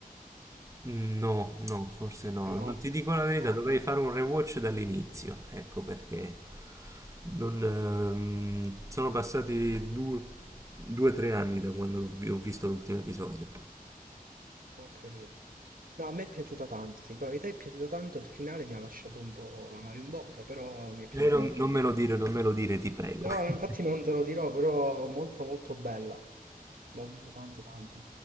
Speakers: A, on the right; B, on the right.
A: No, no, forse no.
B: No.
A: Non ti dico la verità,
B: Ah,
A: dovrei fare un rewatch dall'inizio. Ecco perché non, ehm, sono passati due, due, tre anni da quando vi- ho visto l'ultimo episodio.
B: ok. No, a me è piaciuta tanto, ti dico la verità, è piaciuta tanto, il finale mi ha lasciato un po' l'amaro in bocca, però mi è piaciuta
A: E non,
B: davvero
A: non
B: tanto.
A: me lo dire, non me lo dire, ti prego.
B: No,
A: <laughs>
B: no, infatti non te lo dirò, però molto molto bella, davvero tanto tanto.